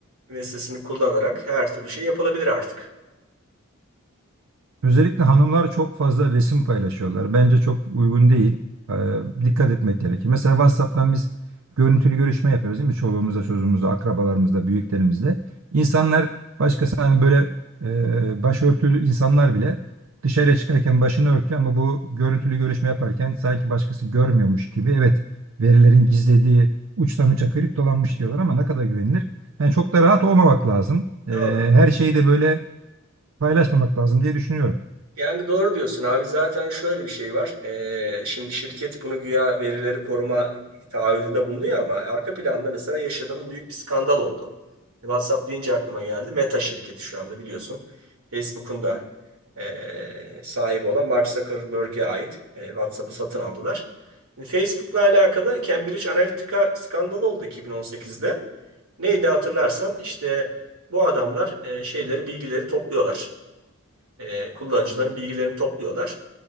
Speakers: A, on the right; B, on the right.
A: ve sesini kullanarak her türlü şey yapılabilir artık.
B: Özellikle hanımlar çok fazla resim paylaşıyorlar. Bence çok uygun değil. Ee, dikkat etmek gerekir. Mesela WhatsApp'tan biz görüntülü görüşme yapıyoruz değil mi? Çoluğumuzla, çocuğumuzla, akrabalarımızla, büyüklerimizle. İnsanlar başkası hani böyle e, başörtülü insanlar bile dışarıya çıkarken başını örtüyor ama bu görüntülü görüşme yaparken sanki başkası görmüyormuş gibi. Evet, verilerin gizlediği uçtan uça kriptolanmış diyorlar ama ne kadar güvenilir? Yani çok da rahat olmamak lazım. Ee,
A: Doğru.
B: her şeyi de böyle paylaşmamak lazım diye düşünüyorum.
A: Yani doğru diyorsun abi zaten şöyle bir şey var. Ee, şimdi şirket bunu güya verileri koruma taahhüdünde bulunuyor ama arka planda mesela yaşadığımız büyük bir skandal oldu. WhatsApp deyince aklıma geldi. Meta şirketi şu anda biliyorsun. Facebook'un da ee, sahibi olan Mark Zuckerberg'e ait ee, WhatsApp'ı satın aldılar. Şimdi Facebook'la alakalı Cambridge Analytica skandalı oldu 2018'de. Neydi hatırlarsan işte bu adamlar ee, şeyleri bilgileri topluyorlar e, kullanıcıların bilgilerini topluyorlar.